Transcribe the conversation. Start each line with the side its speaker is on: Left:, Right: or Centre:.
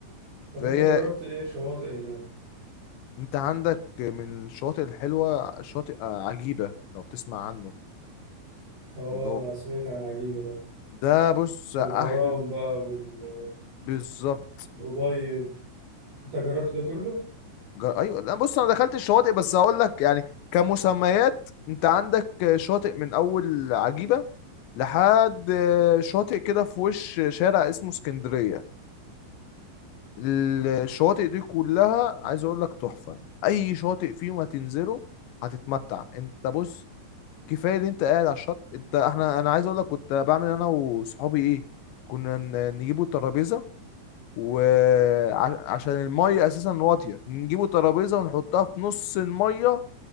Right: طب
Left: فهي
Right: انت جربت ايه شواطئ هناك؟
Left: انت عندك من الشواطئ الحلوة شاطئ آه، عجيبة لو تسمع عنه
Right: اه
Left: اللي هو
Right: انا سمعت عن عجيبه ده
Left: ده بص احلى
Right: والغرام بقى وال
Left: بالظبط
Right: الأبيض انت جربت ده كله؟
Left: جر... ايوه لا، بص انا دخلت الشواطئ بس هقول لك يعني كمسميات انت عندك شاطئ من اول عجيبة لحد آه، شاطئ كده في وش شارع اسمه اسكندرية الشواطئ دي كلها عايز اقول لك تحفة اي شاطئ فيهم هتنزله هتتمتع انت بص كفاية اللي انت قاعد على الشط انت احنا انا عايز اقول لك كنت بعمل انا وصحابي ايه كنا ن- نجيبوا الترابيزة وعشان المية اساسا واطية نجيبوا ترابيزة ونحطها في نص المية